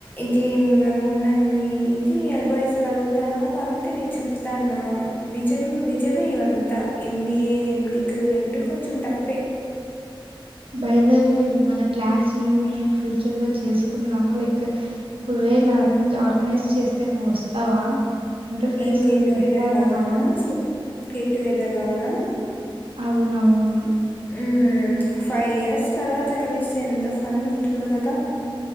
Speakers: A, on the left; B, on the right.
A: గేమింగ్ అను నన్ను ఇది అడ్వైస్లు అడుగుతాను కాబట్టి నేను చెప్తాన్నా నిజం నిజమే ఇవంతా ఎంబిఏ ఎంటెక్ రెండు కొంచెం టఫ్ఎ
B: బైదవై మన క్లాస్ రీయూనియన్ ఫ్యూచర్ లో చేసుకుందామా లైక్ ఓక్ వేలా అరేంజ్ ఆర్గనైజ్ చేస్తే నువ్వు వస్తావా అంటే ఫ్రెండ్స్
A: ఏం గెట్
B: అందరూ
A: టుగెదర్
B: వస్తారంటావా
A: లాగానా సొ గెట్ టుగెదర్ లాగానా
B: అవునవును
A: ఉమ్ ఫైవ్ ఇయర్స్ తర్వాత కలిస్తే ఎంత ఫన్ ఉంటుందో కదా